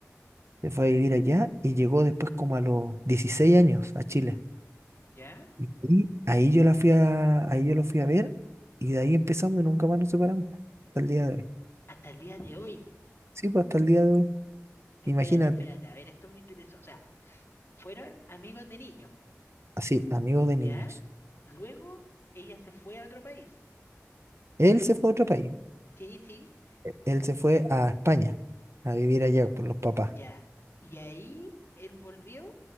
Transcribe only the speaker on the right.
se fue a vivir allá y llegó después como a los 16 años a Chile.
Y ahí ahí yo la fui a, ahí yo lo fui a ver y de ahí empezamos y nunca más nos separamos. Hasta el día de hoy.
Sí, pues hasta el día de hoy. Imagínate.
Así, amigos de niños.
Él se fue a otro país.
Él se fue a España a vivir allá por los papás